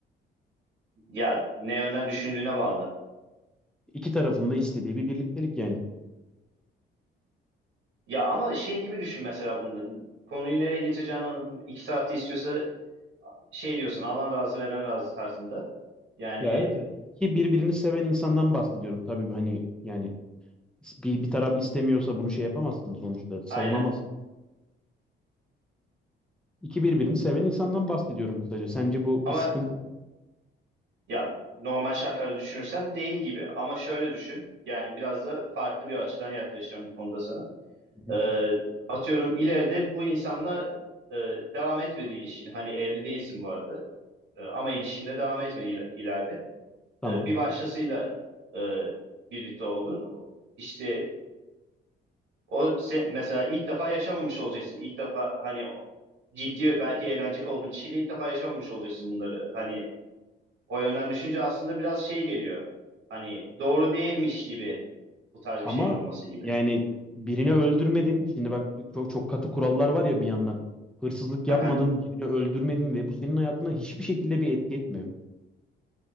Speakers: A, on the right (about 75°); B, in the centre.
A: Ya ne yönden düşündüğüne bağlı.
B: İki tarafın da istediği bir birliktelik yani.
A: Ya ama şey gibi düşün mesela bunda konuyu nereye getireceğini anladım. İki taraf da istiyorsa şey diyorsun alan razı veren razı tarzında. Yani
B: Ya evet hani iki birbirini seven insandan bahsediyorum. Tabii hani yani bir, bir taraf istemiyorsa bunu şey yapamazsın sonuçta savunamazsın.
A: aynen.
B: İki birbirini seven insandan bahsediyorum kısaca. Sence bu
A: Ama
B: bir sıkıntı mı?
A: Ya normal şartlarda düşünürsen değil gibi ama şöyle düşün yani biraz da farklı bir açıdan yaklaşacağım bu konuda sana.
B: Hı hı.
A: Ee, atıyorum ileride bu insanla e, devam etmedi ilişki hani evli değilsin bu arada E, ama ilişkinde devam etmedi il- ileride.
B: Tamam.
A: E, bir başkasıyla e, birlikte oldun işte o sen, mesela ilk defa yaşamamış olacaksın ilk defa hani o- ciddi belki evlenecek olduğun kişiyle ilk defa yaşamamış olacaksın bunları hani o yönden düşünce aslında biraz şey geliyor. Hani doğru değilmiş gibi bu tarz bir
B: Ama
A: şeyin olması gibi.
B: yani birini öldürmedin. Şimdi bak çok çok katı kurallar var ya bir yandan. Hırsızlık yapmadın,
A: Aha.
B: birini öldürmedin ve bu senin hayatına hiçbir şekilde bir etki etmiyor.